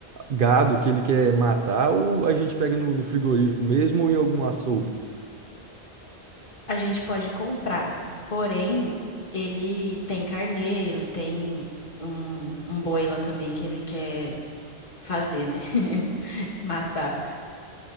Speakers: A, on the right; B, on the left.
A: gado que ele quer matar? Ou a gente pega no, no frigorífico mesmo ou em algum açougue?
B: A gente pode comprar, porém, ele tem carneiro e tem um, um boi lá também que ele quer fazer, né? <laughs> Matar.